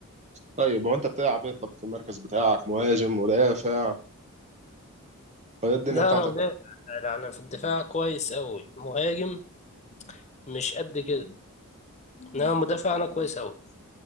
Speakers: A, on the right; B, on the left.
A: طيب هو أنت بتلعب إيه طب في المركز بتاعك مهاجم مدافع فهي الدنيا
B: لا
A: بتاعتك
B: أنا مدافع لا أنا في الدفاع كويس أوي مهاجم مش قد كده إنما مدافع أنا كويس أوي